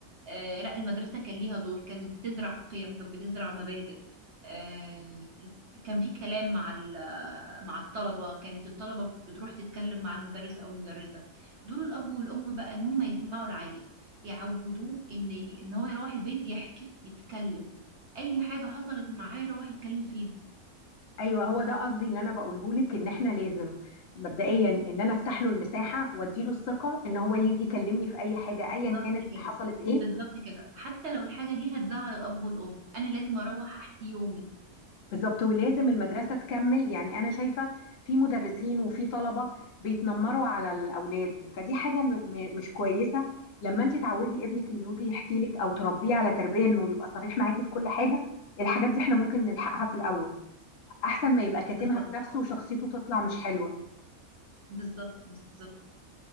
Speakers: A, on the right (about 55°); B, on the left (about 55°).
A: آه لا المدرسة كان ليها دور كانت بتزرع قيم كانت بتزرع مبادئ آه كان في كلام مع ال- مع الطلبة كانت الطلبة بتروح تتكلم مع المدرس أو المدرسة دور الأب والأم بقى إن هم يسمعوا العيل يعودوه إن ي- إن هو يروح البيت يحكي يتكلم أي حاجة حصلت معاه يروح يتكلم فيها
B: ايوه هو ده قصدي اللي انا بقوله لك ان احنا لازم مبدئيا ان انا افتح له المساحة وادي له الثقة ان هو يجي يكلمني في اي حاجة
A: بالظبط
B: ايا كانت
A: كده
B: حصلت ايه
A: بالظبط كده حتى لو الحاجة دي هتزعل الأب والأم أنا لازم أروح أحكي يومي
B: بالظبط ولازم المدرسة تكمل يعني أنا شايفة في مدرسين وفي طلبة بيتنمروا على الأولاد فدي حاجة م م مش كويسة لما أنت تعودي ابنك إنه يجي يحكي لك أو تربيه على تربية إنه يبقى صريح معاكي في كل حاجة الحاجات دي إحنا ممكن نلحقها في الأول أحسن ما يبقى كاتمها
A: بالظبط
B: في نفسه وشخصيته تطلع مش حلوة
A: بالظبط بالظبط